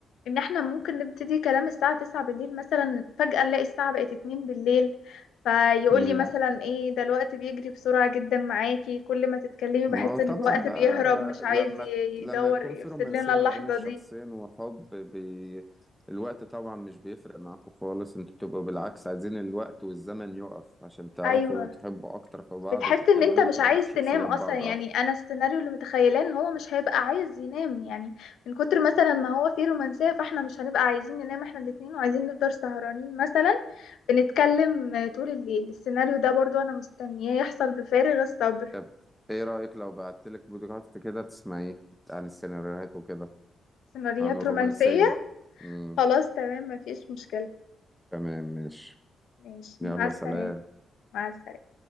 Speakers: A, on the left; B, in the centre.
A: ان احنا ممكن نبتدي كلام الساعه 9 بالليل مثلا فجاه نلاقي الساعه بقت 2 بالليل فيقول
B: امم
A: لي مثلا ايه ده الوقت بيجري بسرعه جدا معاكي كل ما تتكلمي
B: ما
A: بحس
B: هو طبعا
A: ان الوقت
B: بقى
A: بيهرب مش عايز
B: لما
A: ي-
B: لما
A: يدور
B: يكون
A: يفسد
B: في رومانسية
A: لنا اللحظه
B: ما بين الشخصين
A: دي
B: وحب بي... الوقت طبعا مش بيفرق معاكم خالص انتوا بتبقوا بالعكس عايزين الوقت والزمن يقف عشان تعرفوا
A: ايوه
B: وتحبوا اكتر في بعض
A: بتحس
B: وتتكلموا
A: ان انت مش
B: وتعرفوا
A: عايز
B: شخصيات
A: تنام اصلا
B: بعض
A: يعني
B: اكتر
A: انا السيناريو اللي متخيلاه ان هو مش هيبقى عايز ينام يعني من كتر مثلا ما هو فيه رومانسية فاحنا مش هنبقى عايزين ننام احنا الاتنين وعايزين نفضل سهرانين مثلا بنتكلم آه، طول الليل السيناريو ده برضو انا مستنياه يحصل بفارغ الصبر
B: طب ايه رأيك لو بعتلك بودكاست كده تسمعيه عن السيناريوهات وكده
A: سيناريوهات
B: عن الرومانسية
A: رومانسية
B: امم
A: خلاص تمام مفيش مشكلة
B: تمام ماشي
A: ماشي
B: يلا
A: مع السلامة
B: سلام
A: مع السلامة